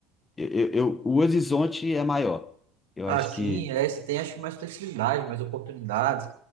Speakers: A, on the left; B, on the right.
A: eu, eu- eu- o horizonte é maior. Eu
B: assim,
A: acho que
B: é, você tem acho que mais flexibilidade, mais oportunidades.